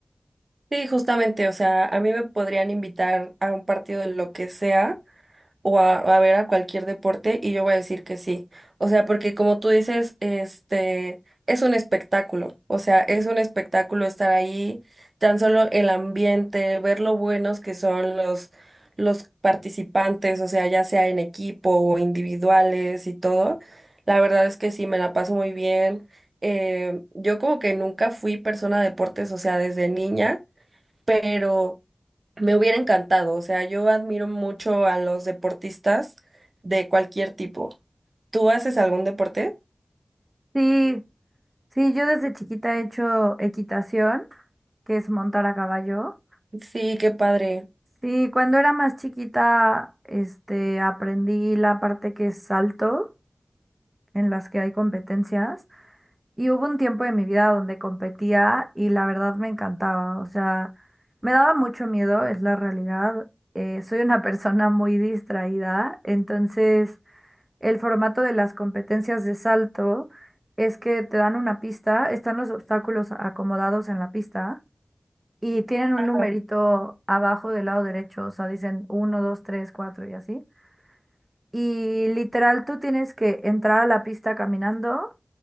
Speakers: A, on the right; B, on the right.
A: Sí, justamente, o sea, a mí me podrían invitar a un partido de lo que sea o a, a ver a cualquier deporte y yo voy a decir que sí. O sea, porque como tú dices, este es un espectáculo, o sea, es un espectáculo estar ahí, tan solo el ambiente, ver lo buenos que son los los participantes, o sea, ya sea en equipo o individuales y todo. La verdad es que sí, me la paso muy bien. Eh, yo como que nunca fui persona de deportes, o sea, desde niña pero me hubiera encantado. O sea, yo admiro mucho a los deportistas de cualquier tipo. ¿Tú haces algún deporte?
B: Sí, sí, yo desde chiquita he hecho equitación, que es montar a caballo.
A: Sí, qué padre.
B: Sí, cuando era más chiquita, este, aprendí la parte que es salto, en las que hay competencias. Y hubo un tiempo de mi vida donde competía y la verdad me encantaba. O sea, me daba mucho miedo, es la realidad. Eh, soy una <laughs> persona muy distraída, entonces el formato de las competencias de salto es que te dan una pista, están los obstáculos acomodados en la pista y tienen
A: Claro.
B: un numerito abajo del lado derecho, o sea, dicen uno 2 3 4 y así. Y literal tú tienes que entrar a la pista caminando